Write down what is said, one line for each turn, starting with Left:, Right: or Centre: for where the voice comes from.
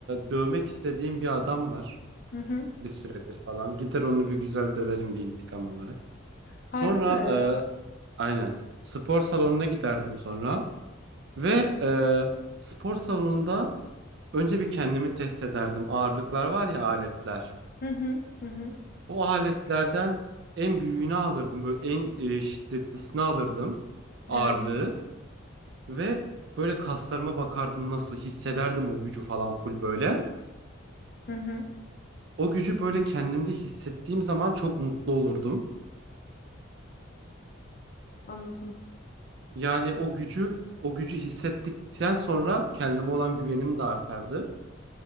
Right: dövmek istediğim bir adam var.
Left: Hı hı.
Right: bir süredir falan. Gider onu bir güzel döverim bir intikam olarak.
Left: Harbi
Right: Sonra
Left: mi?
Right: e, aynen spor salonuna giderdim sonra ve e, spor salonunda önce bir kendimi test ederdim. Ağırlıklar var ya aletler.
Left: Hı hı hı hı.
Right: O aletlerden en büyüğünü alırdım böyle en e, şiddetlisini alırdım ağırlığı
Left: Evet.
Right: ve böyle kaslarıma bakardım nasıl hissederdim o gücü falan full böyle.
Left: Hı hı.
Right: O gücü böyle kendimde hissettiğim zaman çok mutlu olurdum.
Left: Anladım.
Right: Yani o gücü o gücü hissettikten sonra kendime olan güvenim de artardı.